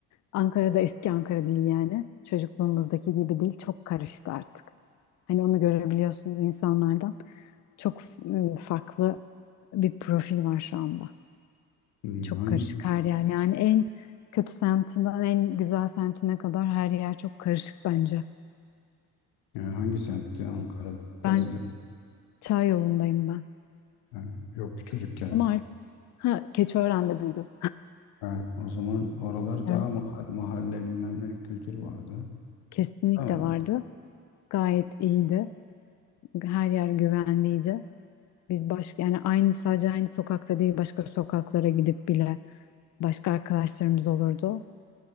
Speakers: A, on the left; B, on the left.
A: Ankara'da eski Ankara değil yani. Çocukluğumuzdaki gibi değil. Çok karıştı artık. Hani onu görebiliyorsunuz insanlardan. Çok e, farklı bir profil var şu anda.
B: Hmm,
A: Çok
B: Hangi
A: karışık her yer. Yani en kötü semtinden en güzel semtine kadar her yer çok karışık bence.
B: yani hangi semtti Ankara'da
A: Ben
B: sizin?
A: Çay yolundayım ben.
B: Yani yok ki çocukken.
A: Ama artık ha, Keçiören'de büyüdüm.
B: Ha, o zaman oralar
A: Evet,
B: daha mahalle, mahalle bilmem ne kültürü vardı.
A: kesinlikle
B: Ha.
A: vardı. Gayet iyiydi. Her yer güvenliydi. Biz baş yani aynı sadece aynı sokakta değil başka sokaklara gidip bile başka arkadaşlarımız olurdu.